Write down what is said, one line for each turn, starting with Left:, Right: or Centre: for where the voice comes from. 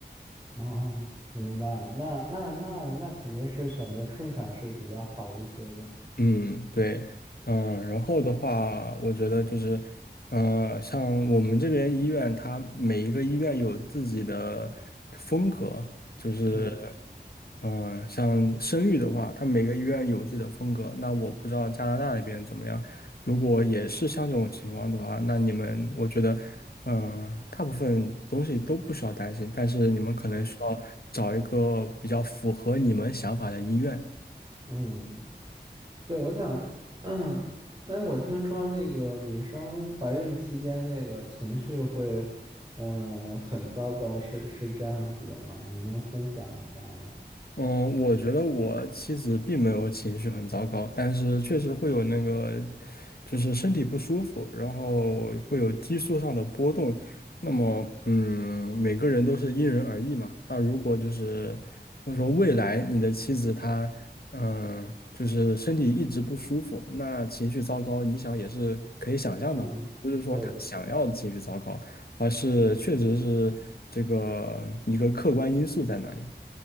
Right: 啊，明白。那那那那肯定是选择顺产是比较好一些的。
Left: 嗯，对，嗯，然后的话，我觉得就是，呃，像我们这边医院，它每一个医院有自己的风格，就是，
Right: 嗯
Left: 嗯、像生育的话，它每个医院有自己的风格。那我不知道加拿大那边怎么样，如果也是像这种情况的话，那你们，我觉得，嗯、大部分东西都不需要担心，但是你们可能需要找一个比较符合你们想法的医院。
Right: 嗯嗯，对，我想，<clears throat> 嗯，但我听说那个女生怀孕期间那个情绪会，呃，很糟糕，是是这样子的吗？你能分享一下吗？
Left: 嗯，我觉得我妻子并没有情绪很糟糕，但是确实会有那个，就是身体不舒服，然后会有激素上的波动。那么，嗯，每个人都是因人而异嘛。那如果就是或者说未来你的妻子她，嗯，就是身体一直不舒服，那情绪糟糕，你想也是可以想象的嘛，
Right: 嗯，
Left: 不是说她想要情绪糟糕，
Right: 对对对，
Left: 而是确实是这个一个客观因素在那里。